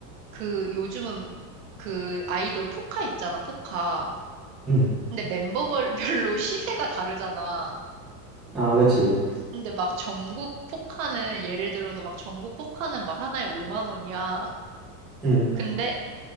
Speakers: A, on the right; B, in the centre.
A: 그, 요즘은 그 아이돌 포카 있잖아, 포카.
B: 음.
A: 근데 멤버별로 <laughs> 시세가 다르잖아.
B: 아, 그렇지.
A: 근데 막 전국 포카는, 예를 들어서 막 전국 포카는 막 하나에 5만 원이야.
B: 음.
A: 근데